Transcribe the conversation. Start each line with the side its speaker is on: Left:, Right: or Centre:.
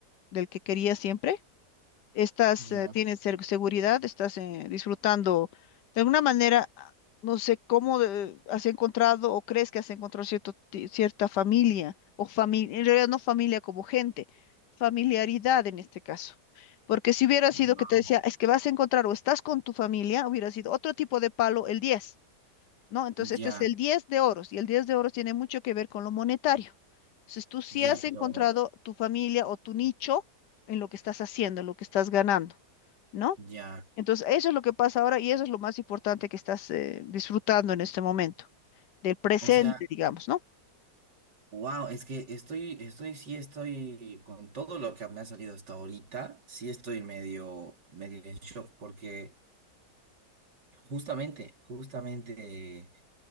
Left: del que quería siempre estás,
Right: ya,
Left: eh, tienes ser- seguridad, estás eh, disfrutando de alguna manera, ah, no sé cómo de- has encontrado o crees que has encontrado cierto, ti- cierta familia o familia, en realidad no familia como gente, familiaridad en este caso. Porque si hubiera
Right: wow,
Left: sido que te decía, es que vas a encontrar o estás con tu familia, hubiera sido otro tipo de palo el 10. ¿no? Entonces,
Right: ya,
Left: este es el 10 de oros y el 10 de oros tiene mucho que ver con lo monetario. Entonces, tú sí
Right: ya,
Left: has encontrado
Right: pero
Left: tu familia o tu nicho en lo que estás haciendo, en lo que estás ganando, ¿no?
Right: ya.
Left: Entonces, eso es lo que pasa ahora y eso es lo más importante que estás eh, disfrutando en este momento, del presente,
Right: O sea,
Left: digamos, ¿no?
Right: wow, es que estoy, estoy, sí estoy con todo lo que me ha salido hasta ahorita, sí estoy medio, medio en shock, porque justamente, justamente,